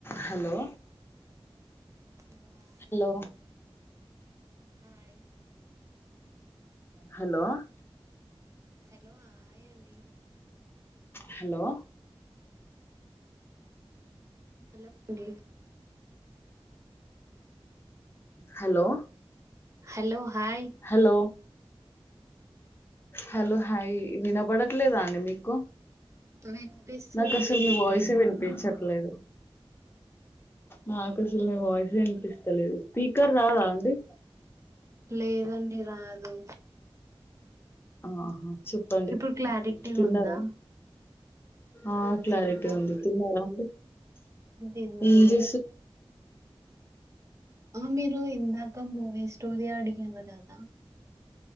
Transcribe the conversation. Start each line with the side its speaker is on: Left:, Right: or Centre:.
Left: Hello
Right: hello hi అండి
Left: hello
Right: hi
Left: hello
Right: hello hi అండి
Left: hello
Right: hello అండి
Left: hello
Right: hello hi
Left: hello hello hi వినబడట్లేదా అండి మీకు
Right: వినిపిస్తుందండి
Left: నాకు అసలు
Right: మీకు
Left: నీ వాయిసే
Right: వినిపి
Left: వినిపించట్లేదు నాకసలు మీ వాయిస్ అనిపిస్తలేదు స్పీకర్ రాదా అండి
Right: లేదండి రాదు
Left: ఆహా చెప్పండి
Right: ఇప్పుడు క్లారిటీగా
Left: తిన్నారా
Right: ఉందా
Left: ఆ క్లారిటీ
Right: తిన్నా
Left: ఉంది
Right: అండి
Left: తిన్నారా
Right: ఆ తిన్నాండి
Left: అండి
Right: ఆ మీరు ఇందాక మూవీ స్టోరీ అడిగిండ్రు కదా అన్న